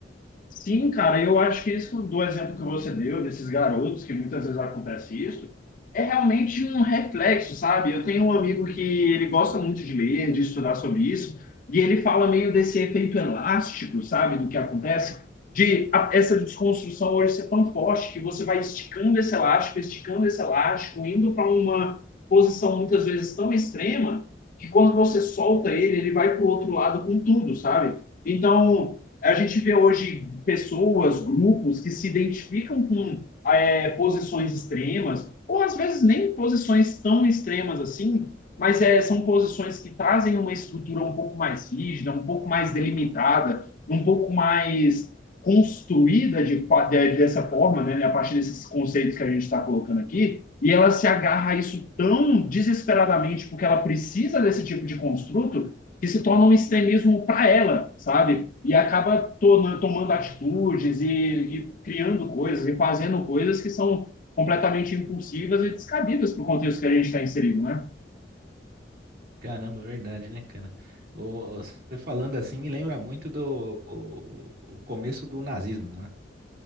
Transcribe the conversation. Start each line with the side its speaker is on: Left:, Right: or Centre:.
Left: Sim, cara, eu acho que isso do exemplo que você deu, desses garotos, que muitas vezes acontece isso, é realmente um reflexo, sabe? Eu tenho um amigo que ele gosta muito de ler, de estudar sobre isso, e ele fala meio desse efeito elástico, sabe? Do que acontece, de a- essa desconstrução hoje ser tão forte que você vai esticando esse elástico, esticando esse elástico, indo para uma posição muitas vezes tão extrema, que quando você solta ele, ele vai para o outro lado com tudo, sabe? Então. É, A gente vê hoje pessoas, grupos que se identificam com é, posições extremas, ou às vezes nem posições tão extremas assim, mas é, são posições que trazem uma estrutura um pouco mais rígida, um pouco mais delimitada, um pouco mais construída de, de, dessa forma, né, a partir desses conceitos que a gente está colocando aqui, e ela se agarra a isso tão desesperadamente porque ela precisa desse tipo de construto que se torna um extremismo para ela, sabe? E acaba to tomando atitudes e, e criando coisas e fazendo coisas que são completamente impulsivas e descabidas para o contexto que a gente está inserido, né?
Right: Caramba, verdade, né, cara? Ô, Você falando assim me lembra muito do o o começo do nazismo, né?